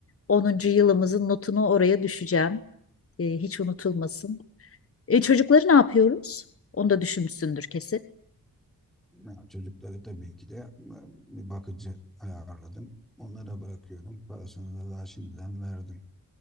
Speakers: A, on the left; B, in the centre.
A: onuncu yılımızın notunu oraya düşeceğim E, hiç unutulmasın. E, çocukları ne yapıyoruz? Onu da düşünmüşsündür kesin.
B: Ya, çocukları tabii ki de e, bir bakıcı ayarladım. Onlara bırakıyorum. Parasını da daha şimdiden verdim.